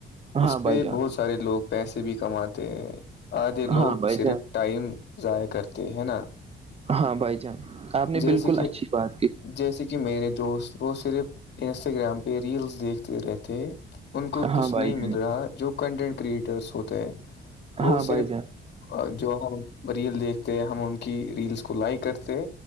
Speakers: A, on the right; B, on the left.
A: ہاں
B: اس پہ
A: بھائی جان
B: بہت سارے لوگ پیسے بھی کماتے ہیں آدھے لوگ
A: ہاں بھائی
B: صرف
A: جان
B: ٹائم ضائع کرتے ہے نا
A: ہاں بھائی چان نے
B: جیسے
A: بالکل
B: کہ
A: اچھی بات
B: جیسے کہ میرے دوست وہ صرف انسٹاگرام پہ ریلس دیکھتے رہتے ہیں ان کو
A: ہاں
B: کچھ
A: بھائی
B: نہیں
A: جان
B: مل رہا جو کنٹینٹ کریٹرس ہوتے ہیں وہ
A: ہاں
B: صرف
A: بھائی جان
B: اور جو ہم ریل دیکھتے ہم ان کی ریلس کو لائک کرتے